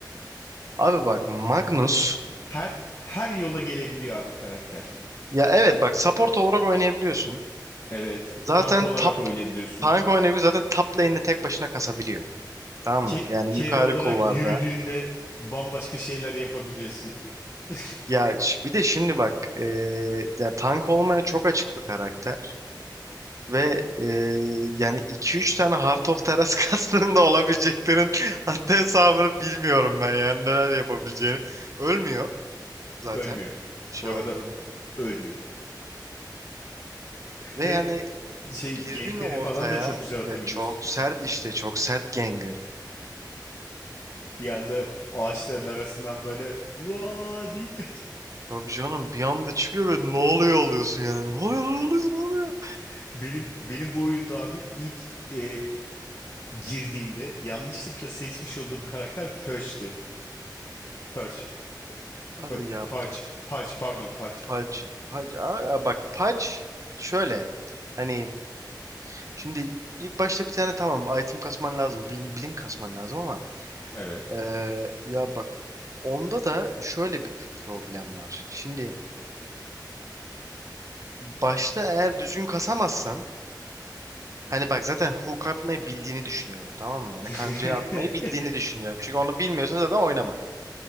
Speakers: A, on the right; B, on the left.
A: Abi bak Magnus
B: Her her yola gelebiliyor abi karakter.
A: ya evet bak support olarak oynayabiliyorsun.
B: Evet.
A: Zaten
B: Tank olarak
A: top
B: oynayabiliyorsun.
A: tank oynayabiliyor zaten top lane'de tek başına kasabiliyor. Tamam
B: Ke
A: mı? Yani
B: carry
A: yukarı
B: olarak
A: kulvarda.
B: yürüdüğünde bambaşka şeyler yapabiliyorsun. <laughs>
A: Ya ş- bir de şimdi bak e, ya tank olmaya çok açık bir karakter. Ve e, yani iki üç tane Heart of Teras kastının <laughs> da olabileceklerin hatta hesabını bilmiyorum ben yani neler yapabileceğini. Ölmüyor zaten
B: Ölmüyor.
A: şey
B: Bu arada
A: olduğunda.
B: ölmüyor.
A: Ve
B: Ve
A: yani
B: şey
A: girdi
B: gankleri
A: mi ortaya
B: falan da çok güzel atabiliyorsun.
A: e, çok sert işte çok sert Gengar.
B: Bir anda ağaçların arasından böyle vaa deyip
A: Abi canım bir anda çıkıyor ve ne oluyor oluyorsun yani ne oluyor ne oluyor ne oluyor.
B: <laughs> benim benim bu oyunda abi ilk e, girdiğimde yanlışlıkla seçmiş olduğum karakter Perch'ti. Perch. P-
A: Abi
B: P-
A: ya
B: Patch.
A: P-
B: Patch pardon Patch.
A: Pudge, Pudge aa, aa, bak Pudge şöyle hani şimdi ilk başta bir tane tamam item kasman lazım blink, blink kasman lazım ama
B: Evet.
A: Ee, ya bak onda da şöyle bir problem var. Şimdi başta eğer düzgün kasamazsan hani bak zaten hook atmayı bildiğini düşünüyorum tamam mı? Yani
B: <laughs>
A: kancayı atmayı bildiğini düşünüyorum. Çünkü onu bilmiyorsan zaten oynama.